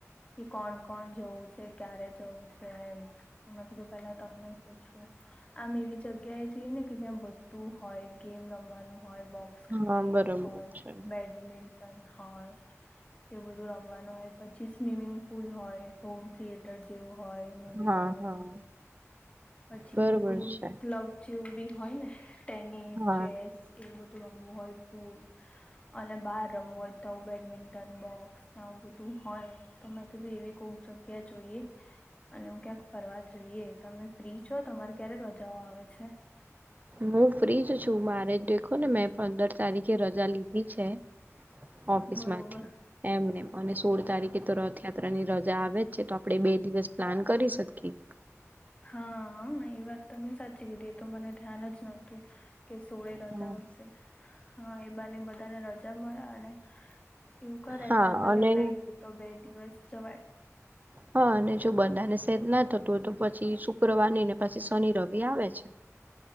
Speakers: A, on the left; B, on the right.
A: કે કોણ કોણ જવું છે. ક્યારે જવું છે. મેં કીધું પેલા તમને પૂ છું આમ એવી જગ્યાએ જઈએ ને કે જ્યાં બધું હોય ગેમ રમવાનું હોય બો ક્સ ક્રિકેટ
B: હા બરોબર
A: હોય
B: છે
A: બેડ મિન્ટન હોય, એવું બધું રમવાનું હોય પછી સ્વિમિંગ પુલ હોય, હોમ થિયેટર જેવું હોય મુવીનો
B: હા
A: ને
B: હા
A: એવો પછી
B: બરોબર
A: ઓલુ
B: છે
A: ક્લબ જેવું બી હોય ને ટેનિસ,
B: હા
A: ચેસ એ બધું રમવું હોય પૂલ અને બાર રમવું હોય તો બેડમિન્ટન બોક્સ ને આવું બધું હોય તો મેં કીધું એવી કોક જગ્યા જોઈએ. અને ઓમ ક્યાંક ફરવા જઈએ તમે ફ્રી છો? તમારે ક્યારે રજાઓ આવે છે?
B: હું ફ્રીજ છું, મારે દેખો ને મેં પંદર તારીખે રજા લીધી છે. ઓફિસમાંથી
A: બરોબર
B: એમને અને સોળ તારીખે તો રથયાત્રાની રજા આવે જ છે તો આપણેે બે દિવસ પ્લાન કરી શકીએ.
A: હહ એ વાત તમેં સાચી કીધી એતો મને ધ્યાન જ નતું. કે સોળે રજા
B: હા
A: મૂકશે. હહ એ બાને બધાને રજા મળે અને એવું કરાય
B: હા
A: પંદરે
B: અને
A: લઈ લે તો બે દિવસ જવાય.
B: હહ અને જો બધાને શેટ ના થતું હોય તો પછી શુક્રવાર નઈ ને પછી શનિ રવિ આવે છે.